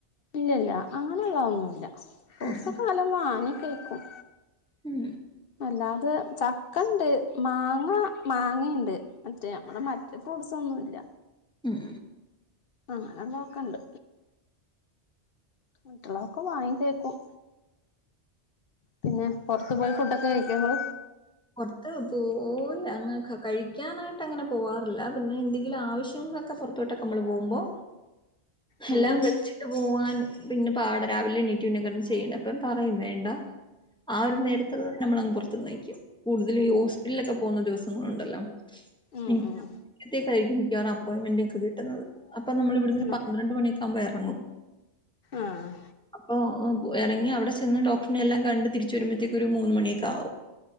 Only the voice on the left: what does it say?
ഇല്ലി ല്ലാ അങ്ങനുള്ള ആളോന്നു അല്ല കുറുക്കൊക്കെ
വല്ലോവാങ്ങി തെക്കും
അല്ലാതെ ചക്കണ്ട് മാങ്ങ മാങ്ങയുണ്ട് മറ്റേ നമ്മടെ മറ്റേ ഫ്രൂട്സൊന്നുല്ല
അങ്ങനാ നൊക്കണ്ട് മറ്റുള്ളവൊക്കെ വാങ്ങി കേക്കും പിന്നെ പൊറത്തു പോയി ഫുഡക്കെ കഴി ക്കുമോ
ഉം
ഉം ഉം
ഉം
ആഹ്